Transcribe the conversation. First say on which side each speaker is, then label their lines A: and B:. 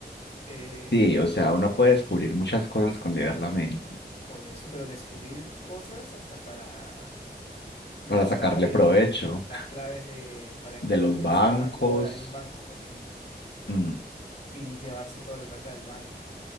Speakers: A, on the left; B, on the left.
A: eh,
B: Sí, o sea, uno puede descubrir muchas cosas con leer la mente,
A: por eso, pero descubrir cosas hasta para las
B: para
A: claves,
B: sacarle provecho
A: las claves de, para, in-
B: de
A: para
B: los
A: ingresar
B: bancos.
A: a la bóveda de un banco, por ejemplo.
B: Mm,
A: y llevarse toda la plata del banco.